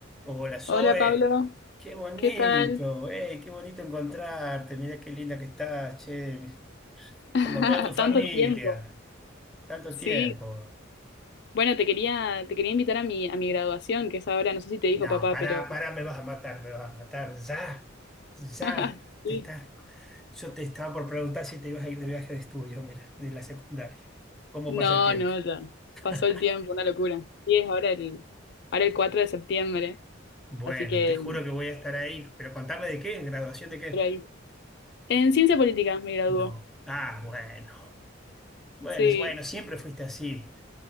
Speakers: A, in the centre; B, on the left.
A: Hola Zoe,
B: Hola Pablo,
A: qué bonito,
B: ¿qué tal?
A: ey, qué bonito encontrarte, mira qué linda que estás, che,
B: <laughs>
A: como toda tu familia,
B: Tanto tiempo.
A: tanto
B: Sí.
A: tiempo.
B: Bueno, te quería, te quería invitar a mi, a mi graduación, que es ahora, no sé si te dijo
A: No,
B: papá,
A: pará,
B: pero
A: pará, me vas a matar, me vas a matar, ya, ya,
B: <laughs>
A: te
B: sí.
A: estás, yo te estaba por preguntar si te ibas a ir de viaje de estudio, mira, de la secundaria, ¿cómo
B: No,
A: pasa el tiempo?
B: no, ya. Pasó
A: <laughs>
B: el tiempo, una locura. Sí, es ahora el, ahora el 4 de septiembre,
A: Bueno,
B: así que
A: te juro que voy a estar ahí, pero contame de qué, ¿en graduación de qué?
B: por ahí. En ciencia política me graduó.
A: No, ah, bueno. Bueno,
B: Sí,
A: es- bueno, siempre fuiste así.